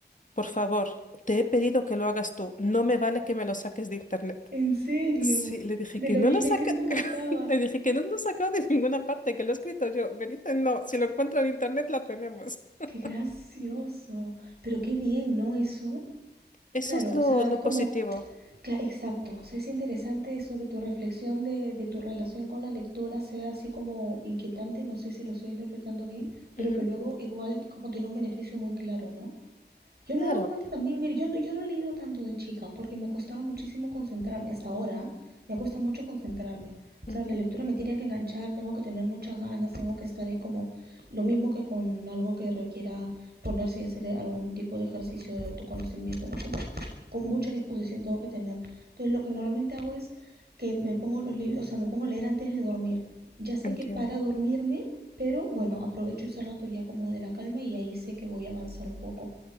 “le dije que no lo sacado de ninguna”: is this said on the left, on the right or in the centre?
Left